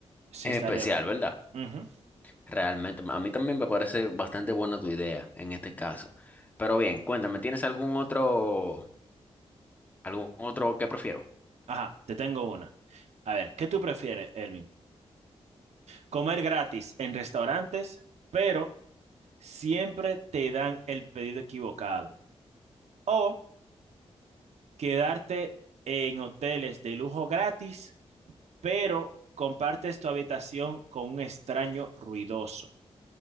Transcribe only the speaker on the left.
Es
especial,
¿verdad?
Realmente, a mí también me parece bastante buena tu idea en este caso. Pero bien, cuéntame, ¿tienes algún otro, algún otro que prefieras?